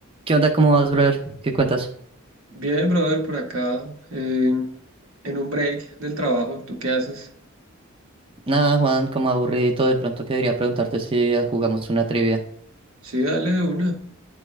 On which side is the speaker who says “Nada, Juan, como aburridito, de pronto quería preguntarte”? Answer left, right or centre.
Right